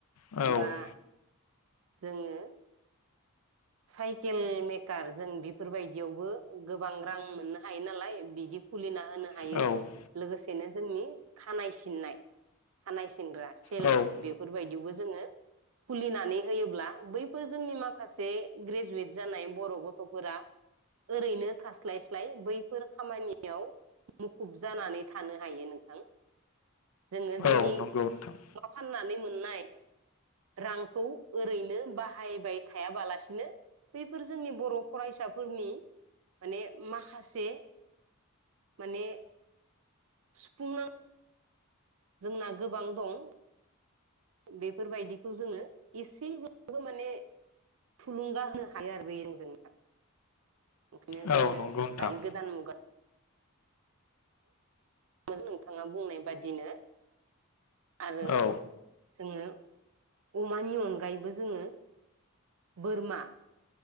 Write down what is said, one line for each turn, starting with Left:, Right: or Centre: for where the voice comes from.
Left: औ
Right: बा जोङो। साइकेल मेकार जों बेफोर बायदियावबो गोबां रां मोननो हायो नालाय बिदि खुलिनो हा होनो हायो।
Left: औ
Right: लोगोसेनो जोंनि खानाय सिननाय खानाय सिनग्रा सेलन
Left: औ
Right: बेफोर बायदियावबो जोङो खुलिनानै होयोब्ला बैफोर जोंनि माखासे ग्रेजुवेट जानाय बर' गथफोरा ओरैनो थास्लाय स्लाय बैफोर खामानियाव मुखुब जानानै थानो हायो नोंथां जोङो। जोंनि
Left: अ नोंगौ नोंथां।
Right: मा फाननानै मोननाय रांखौ ओरैनो बाहायबाय थायाबालासि बिनो बैफोर जोंनि बर' फरायसाफोरनि माने माखासे माने सुफुंनां जोंना गोबां दं। बेफोर बायदिखौ जोङो एसेब्लाबो माने थुलुंगा होनो हायो आरो बेजों ओंखायनो
Left: औ
Right: जोङो
Left: नंगौ नोंथां
Right: दानि गोदान मुगा नोंथाङा बुंनाय बादिनो आरो
Left: औ
Right: जोङो अमानि अनगायैबो जोङो बोरमा